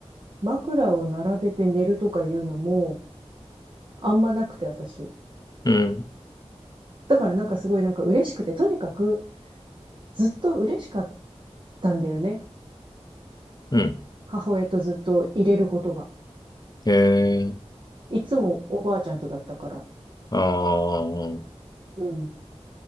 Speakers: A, on the right; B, on the left.
A: 枕を並べて寝るとかいうのも、あんまなくて、私。
B: うん、
A: だからなんかすごいなんか嬉しくて、とにかくずっと嬉しかったんだよね。
B: うん。
A: 母親とずっと入れることが。
B: ええ
A: いつもおばあちゃんとだったから。
B: ああ。
A: うん。